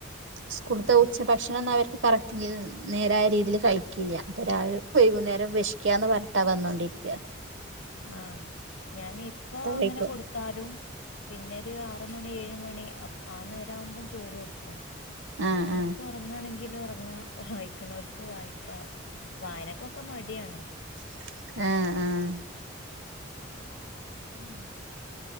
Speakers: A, on the right; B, on the left.
A: സ്കൂളത്തെ
B: ഉം
A: ഉച്ച ഭക്ഷണന്നവര് കറക്ട്ടില് നേരായ രീതില് കഴിക്കില്ല അപ്പൊ രാവിലേം വൈകുന്നേരത്തും വിക്ഷക്കാന്ന് പറഞ്ട്ടാ വന്നോണ്ടിരിക്ക
B: ആഹ ഞാനിപ്പോ അങ്ങനെ
A: കഴിക്കും
B: കൊടുത്താലും പിന്നൊരു ആറ് മണി ഏഴ് ആ മണി അപ്പ ആ നേരവുമ്പോ ചോറു കൊടുക്കും പിന്നെ
A: ആഹ്
B: ഓര്കൊറങ്ങാണെകി
A: ആഹ്
B: ഒറാങ്ണോല്ക്ക് ഉറങ്ങാ വായിക്ക്‌നോല്ക്ക് വായിക്ക വായനക്കൊക്കെ മടിയാണ്
A: ആആ ഉം